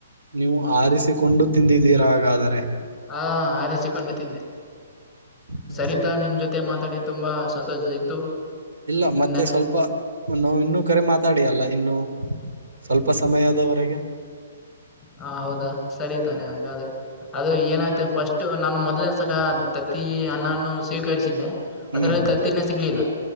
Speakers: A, on the right; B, in the centre.
A: ನೀವು ಆರಿಸಿಕೊಂಡು ತಿಂದಿದ್ದೀರ ಹಾಗಾದ್ರೆ.
B: ಹಾ ಅರಿಸಿಕೊಂಡು ತಿಂದೆ.
A: ಮತ್ತೆ
B: ಸರಿತಾ ನಿಮ್ ಜೊತೆ ಮಾತಾಡಿ ತುಂಬಾ ಸಂತೋಷ ಇತ್ತು.
A: ಇಲ್ಲ ಮತ್ತೆ
B: ನನ್
A: ಸ್ವಲ್ಪ ನಾ ಇನ್ನೂ ಕರೆ ಮಾತಾಡಿಯಲ್ಲ ಇನ್ನು. ಸ್ವಲ್ಪ ಸಮಯದವರೆಗೆ.
B: ಹ ಹೌದಾ ಸರಿ ತಾನೆ ಹಂಗಾದ್ರೆ. ಅದು ಏನಾಯಿತು ಫಸ್ಟ್ ನಾನು ಮೊದ್ಲೇ ಸಲ ತತ್ತಿ ಅನ್ನ ನೂ ಸ್ವೀಕರಿಸಿದ್ದೆ.
A: ಹ್ಮ್
B: ಅದರಲ್ಲಿ ತತ್ತಿನೂ ಸಿಗ್ಲಿಲ್ಲ